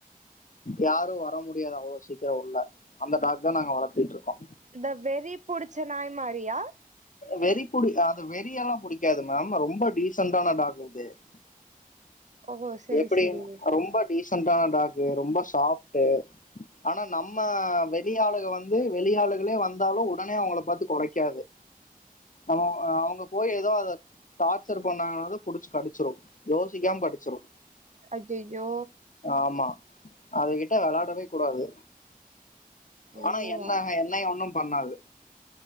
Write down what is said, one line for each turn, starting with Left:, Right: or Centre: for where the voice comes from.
Left: யாரு வர முடியாத அவ்ளோ சீக்கரோ உள்ள அந்த டாக் தா நாங்க வளத்திட்ருக்கோ
Right: இந்த வெறி புடிச்ச நாய் மாரியா
Left: வெறி புடி அது வெறி எல்லா புடிக்காது மேம் ரொம்ப டீசன்டான டாக் இது <unintelligible>
Right: ஓ செரி
Left: எப்டி
Right: செரி
Left: ரொம்ப டீசன்டான டாக்கு ரொம்ப சாஃப்டு ஆனா நம்ம வெளி ஆளுக வந்து வெளியளுகளே வந்தாலு உடனே அவங்கள பாத்து குலைக்காது ம் ஆஹ் அவங்க போய் ஏதோ அத டார்ச்சர் பண்ணாங்கன்ன குடிச்சு கடிச்சுரு யோசிக்காம கடிச்சுரு
Right: அய்யய்யோ
Left: ஆமா அதுகிட்ட வெளாடவே கூடாது
Right: ஓ
Left: ஆனா என்ன என்னய ஒண்ணு பண்ணாது